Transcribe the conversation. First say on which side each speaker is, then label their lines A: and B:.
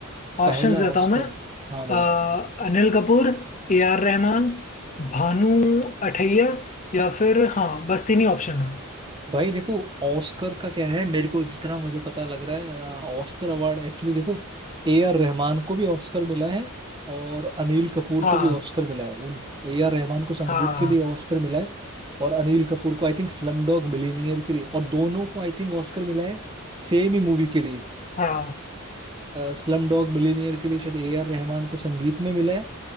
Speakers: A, on the right; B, on the left.
A: पहला
B: ऑप्शंस देता
A: ऑस्कर
B: हूँ मैं अ,
A: हाँ भाई
B: अनिल कपूर A R Rahman भानु अथैया या फिर हाँ बस तीन ही ऑप्शन है
A: भाई देखो ऑस्कर का क्या है मेरे को जितना मुझे पता लग रहा है अ, ऑस्कर अवार्ड एक्चुअली देखो ए आर रहमान को भी ऑस्कर मिला है और अनिल कपूर
B: हाँ
A: को भी ऑस्कर मिला है उन ए आर रहमान को संगीत
B: हाँ
A: के लिए ऑस्कर मिला है और अनिल कपूर को I think slumdog millionaire के लिए और दोनों को आई थिंक ऑस्कर मिला है सेम ही मूवी के लिए
B: हाँ
A: स्लम डॉग मिलीनियर के लिए शायद ए आर रहमान को संगीत में मिला है